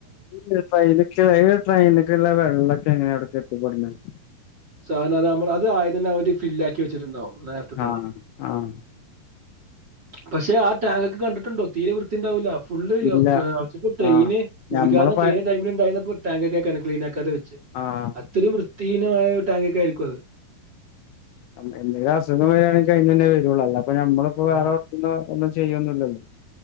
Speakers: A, on the left; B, on the right.
A: ഈ ട്രെയ്നെക്കെ ട്രെയിനൊക്കെല്ല വെള്ളൊക്കെ എങ്ങനാവിടൊക്കെ എത്തിപ്പെടുന്നത്
B: സാനാ അത് നമ്മള് അത് ആദ്യം തന്നെ അവര് ഫില്ലാക്കി വെച്ചിട്ടുണ്ടാവും നേരത്തെ തന്നെ
A: ആഹ് ആഹ്
B: പക്ഷെ ആ ടാങ്കൊക്കെ കണ്ടിട്ടുണ്ടോ തീരെ വൃത്തിണ്ടാവൂല ഫുള്ള്
A: ഇല്ല
B: ഒക്കെ ട്രെയിന്
A: ആഹ്
B: ഉൽഘാടനം
A: ഞമ്മള് പ
B: കേയിഞ്ഞ ടൈമിലുണ്ടായിരുന്നപ്പോ ടാങ്കൊക്കെ ക്ലീൻ ആകി ക്കാതെവെച്
A: ആഹ്
B: അത്രയും വൃത്തിഹീനമായ ഒര് ടാങ്കൊക്കെ ആയിരിക്കും അത്
A: മ് എന്തേലും അസുഖങ്ങള് വര്യാണെങ്കിൽ അയിന്നന്നെ വരൂവൊള്ളൂ അല്ലാപ്പൊ ഞമ്മളിപ്പോ വേറെ
B: ആ
A: ഓർത്തുന്നും ഒന്നുചെ ചെയ്യൊന്നില്ലല്ലോ